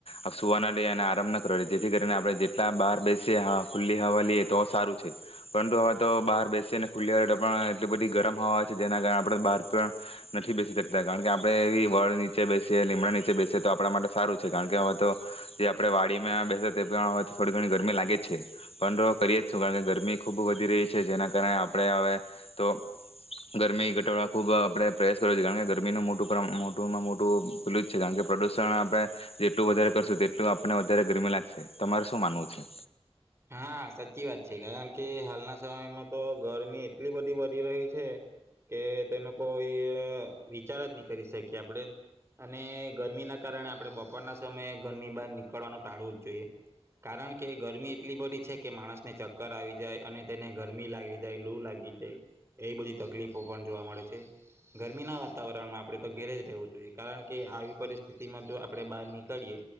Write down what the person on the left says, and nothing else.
અહ સુવાના દઈએ અને આરામ ન કરવા દે, જેથી કરીને આપણે જેટલા બહાર બેસીએ હ ખુલ્લી હવા લઈએ તો સારું છે. પરંતુ હવે તો બહાર બેસીએ ને ખુલ્લી હવા હોય તો પણ એટલી બધી ગરમ હવા આવે છે જેના કારણે આપણે બહાર પણ નથી બેસી શકતા, કારણ કે આપડે એવી વડ નીચે બેસીએ, લીમડા નીચે બેસીએ તો આપણા માટે સારું કારણ કે હવે તો જે આપણે વાડીમાં બેસે તે થોડી ઘણી ગરમી લાગે જ છે. પણ તો કરીએ જ છું કારણ કે ગરમી ખૂબ વધી રહી છે જેના કારણે આપણે હવે તો ગરમી ઘટાડ ખૂબ આપણે પ્રયાસ કરવો છે કારણ કે ગરમીનું મોટું મોટુંમાં મોટું પલું જ છે કારણ કે પ્રદુષણ આપણે જેટલું વધારે કરશું, તેટલું આપણને વધારે ગરમી લાગશે. તમારે શું માનવું છે?